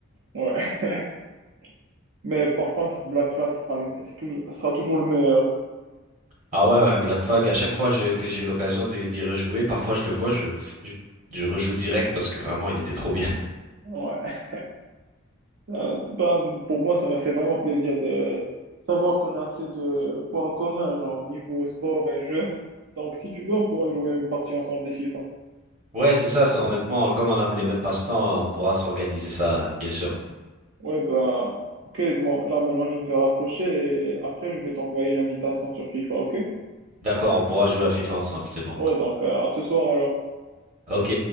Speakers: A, on the right; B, on the right.
A: Ouais. <laughs> Mais par contre, Black Flag, ce sera le- c'est toujours, ce sera toujours le meilleur.
B: Ah ouais, ouais, Black Flag. À chaque fois je- que j'ai l'occasion de- d'y rejouer, parfois je le vois, je, je je rejoue direct parce que vraiment il était trop bien.
A: Ouais. Euh, Ben, pour moi, ça m'a fait vraiment plaisir de savoir qu'on a assez de points communs, genre niveau sport et jeu. Donc, si tu veux, on pourra jouer une partie ensemble des FIFA.
B: Ouais, c'est ça. c'est- Honnêtement, comme on a les mêmes passe-temps, on pourra s'organiser ça, là, bien sûr.
A: Ouais, bah, ok, moi, là, maintenant, je vais raccrocher et après, je vais t'envoyer une invitation sur FIFA, ok?
B: D'accord, on pourra jouer à FIFA ensemble, c'est bon.
A: Ouais, donc, euh, à ce soir, alors.
B: Ok.